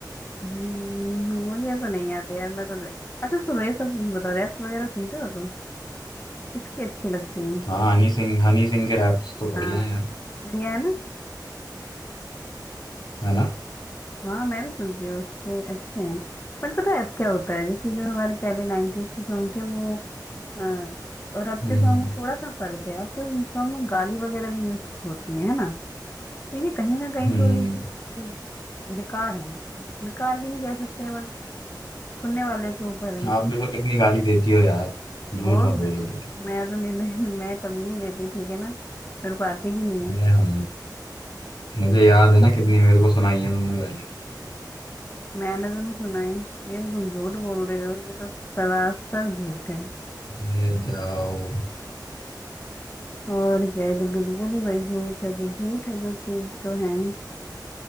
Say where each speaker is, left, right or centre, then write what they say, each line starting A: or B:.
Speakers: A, on the left; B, on the left.
A: हम्म, मुझे तो नहीं आता यार मैं तो अच्छा सुनो ये सब बताओ रैप्स वगैरह सुनते हो तुम किसकी अच्छी लगती हैं
B: हाँ हनी सिंह हनी सिंह के रैप्स तो बढ़िया
A: हाँ
B: है यार
A: बढ़िया है ना
B: है ना
A: हाँ मैं भी सुनती हूँ उसके अच्छे हैं बट पता है अब क्या होता है जैसे जो हमारे पहले नाइनटीज के सॉन्ग थे वो हाँ और अब
B: हम्म
A: के सॉन्ग में थोड़ा सा फर्क है अब के सॉन्ग में गाली वगैरह भी यूज होती है है ना तो ये कहीं ना कहीं
B: हम्म
A: थोड़ी सी सी बेकार है बेकार भी नहीं कह सकते हैं बट सुनने वाले के ऊपर है
B: आप भी तो कितनी गाली देती हो यार झूठ
A: वो
B: मत
A: कि-
B: बोलो तो
A: मैं तो नहीं <laughs> नहीं- मैं कभी नहीं देती ठीक है ना मेरे को आती भी नहीं है
B: अरे हाँ मुझे याद है ना कितनी मेरे को सुनाई है तुमने गाली
A: मैंने तो नहीं सुना है ये तो तुम झूठ बोल रहे हो ये तो सरासर झूठ है
B: ये जाओ
A: और क्या ये तो बिल्कुल ही भाई झूठ है तो झूठ है जो चीज तो है